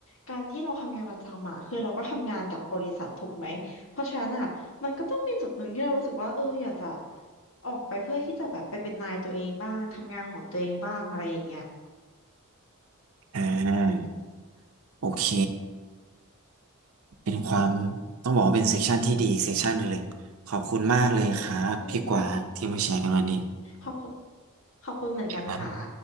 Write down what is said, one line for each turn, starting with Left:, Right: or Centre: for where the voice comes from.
Left: การที่เราทำงานประจำอ่ะคือเราก็ทำงานกับบริษัทถูกไหมเพราะฉะนั้นอ่ะมันก็ต้องมีจุดหนึ่งที่เรารู้สึกว่าเอออยากจะออกไปเพื่อที่จะแบบไปเป็นนายตัวเองบ้างทำงานของตัวเองบ้างอะไรอย่างเงี้ย
Right: อ่า โอเค เป็นความต้องบอกว่าเป็นเซสชันที่ดีอีกเซสชันหนึ่งเลย ขอบคุณมากเลยครับพี่กวางที่มาแชร์กันวันนี้
Left: อืมขอบคุณขอบคุณเหมือนกันค่ะ
Right: ครับ